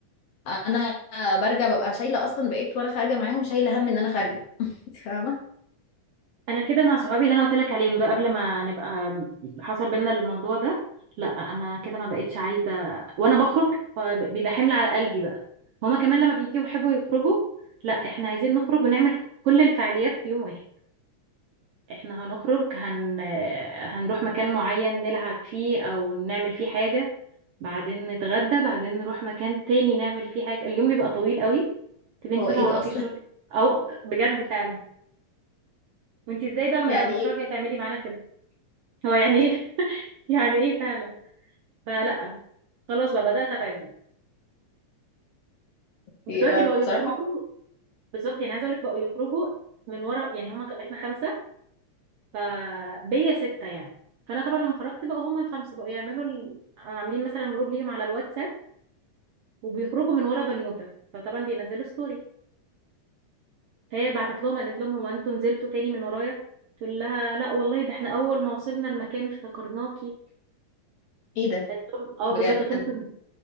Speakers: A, on the left (about 65°); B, on the right (about 75°).
A: انا برجع ببقى شايله اصلا بقيت وانا خارجه معاهم شايله هم ان انا خارجه <laughs> انت فاهمه
B: انا كده مع صحابي اللي انا قلت لك عليهم ده قبل ما نبقى حصل بينا الموضوع ده لا انا كده ما بقتش عايزه وانا بخرج بيبقى حمل على قلبي بقى هما كمان لما بيجوا يحبوا يخرجوا لا احنا عايزين نخرج ونعمل كل الفعاليات في يوم واحد احنا هنخرج هن... هنروح مكان معين نلعب فيه او نعمل فيه حاجه بعدين نتغدى بعدين نروح مكان تاني نعمل فيه حاجه اليوم بيبقى طويل قوي تبقي انت
A: هو
B: بس
A: ايه
B: وراكي
A: ده اصلا
B: الشغل او بجد فعلا وانت ازاي بقى ما-
A: <laughs> يعني
B: مش
A: ايه
B: راضيه تعملي معانا كده هو يعني ايه <laughs> يعني ايه فعلا فلا خلاص بقى بدات ابعد بقى ودلوقتي
A: يبقى
B: بقوا يخرجوا
A: بصراحه
B: بالظبط يعني عايزه اقول لك بقوا يخرجوا من ورا يعني هما ك- احنا خمسه فبيا سته يعني فانا طبعا لما خرجت بقى هما الخمسه بقوا يعملوا ال... عاملين مثلا جروب ليهم على الواتساب وبيخرجوا من ورا بنوته فطبعا بينزلوا ستوري فهي بعتت لهم قالت لهم هو انتوا نزلتوا تاني من ورايا تقول لها لا والله ده احنا اول ما وصلنا المكان افتكرناكي
A: ايه ده
B: قالت لهم اه بالظبط
A: بجد
B: قالت لهم